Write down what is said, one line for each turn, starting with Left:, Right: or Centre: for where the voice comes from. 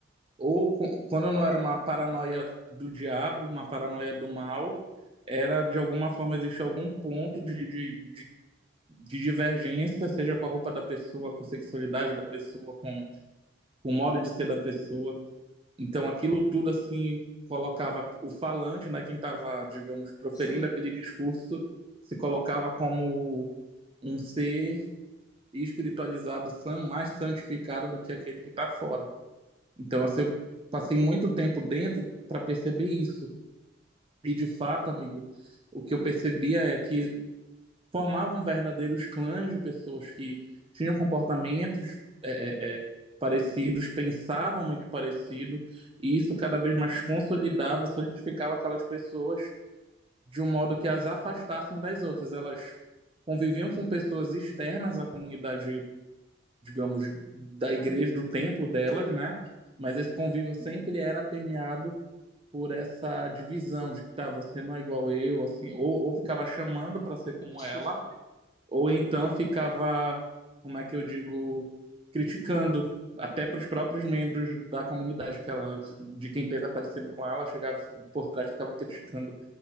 Right: ou co- quando não era
Left: É.
Right: uma paranoia do diabo, uma paranoia do mal, era de alguma forma existia algum ponto de, de, de, de divergência, seja com a roupa da pessoa, com a sexualidade da pessoa, com, com o modo de ser da pessoa. Então, aquilo tudo, assim, colocava o falante, né, quem estava, digamos, proferindo
Left: Sim,
Right: aquele discurso, se colocava como um ser espiritualizado, san- mais santificado do que aquele que está fora. Então, assim, eu passei muito tempo dentro para perceber isso. E, de fato, amigo, o que eu percebia é que formavam verdadeiros clãs de pessoas que tinham comportamentos é, é, é, parecidos, pensavam muito parecido, e isso cada vez mais consolidava, solidificava aquelas pessoas de um modo que as afastassem das outras. Elas conviviam com pessoas externas à comunidade, digamos, da igreja,
Left: Uhum.
Right: do templo delas,
Left: sim.
Right: né? Mas esse convívio sempre era permeado por essa divisão de que tá, você não é igual eu, assim, ou, ou ficava chamando para ser como
Left: <laughs>
Right: ela, ou então ficava, como é que eu digo, criticando até para os próprios membros da comunidade que ela, de quem pensa parecido com ela, chegava por trás e ficava criticando.